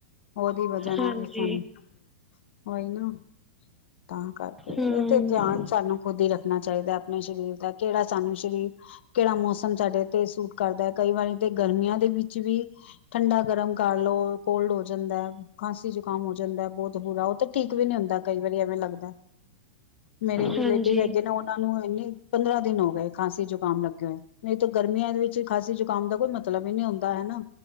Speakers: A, on the left; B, in the centre.
A: ਉਹਦੀ ਵਜ੍ਹਾ ਨਾਲ
B: ਹਾਂਜੀ
A: ਜ ਸਾਨੂੰ ਉਈ ਨਾ ਤਾਂ ਕਰਕੇ
B: ਹਮ
A: ਤੇ ਧਿਆਨ ਸਾਨੂੰ ਖੁਦ ਹੀ ਰੱਖਣਾ ਚਾਹੀਦਾ ਆਪਣੇ ਸਰੀਰ ਦਾ ਕਿਹੜਾ ਸਾਨੂੰ ਸਰੀਰ ਕਿਹੜਾ ਮੌਸਮ ਸਾਡੇ ਤੇ ਸੂਟ ਕਰਦਾ ਹੈ ਕਈ ਵਾਰੀ ਤੇ ਗਰਮੀਆਂ ਦੇ ਵਿੱਚ ਵੀ ਠੰਡਾ ਗਰਮ ਕਰ ਲਓ ਕੋਲਡ ਹੋ ਜਾਂਦਾ। ਖਾਂਸੀ ਜ਼ੁਕਾਮ ਹੋ ਜਾਂਦਾ ਬੋਤ ਬੁਰਾ ਓ ਤਾਂ ਠੀਕ ਵੀ ਨੀ ਹੁੰਦਾ ਕਈ ਵਾਰੀ ਐਵੇਂ ਲੱਗਦਾ। ਮੇਰੇ ਰਿਲੇਟਿਵ
B: ਹਾਂਜੀ
A: ਹੈਗੇ ਨੇ ਉਹਨਾਂ ਨੂੰ ਇਨੀ ਪੰਦਰਾਂ ਦਿਨ ਹੋ ਗਏ ਖਾਂਸੀ ਜ਼ੁਕਾਮ ਲੱਗੇ ਹੋਏ। ਨਈ ਤੇ ਗਰਮੀਆਂ ਦੇ ਵਿੱਚ ਖਾਸੀ ਜ਼ੁਕਾਮ ਦਾ ਕੋਈ ਮਤਲਬ ਹੀ ਨਈ ਹੁੰਦਾ ਹੈਨਾ।